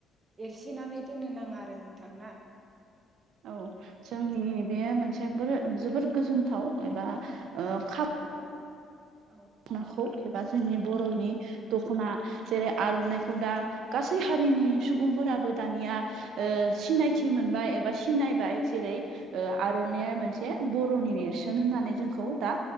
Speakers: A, on the right; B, on the right.
A: एरसेनानै दोननो नाङा आरो नोंथां ना
B: औ जोंनि बेयो मोनसे जोबोद गोजोनथाव एबा ओ खा
A: औ
B: दखनाखौ एबा जोंनि बर'नि दख'ना जेरै आर'नाइखौ दा गासै हारिनि सुबुंफोराबो दानिया ओ सिनायथि मोनबाय एबा सिनायबाय जेरै आर'नाइ मोनसे बर'नि नेरसोन होननानै जोंखौ दा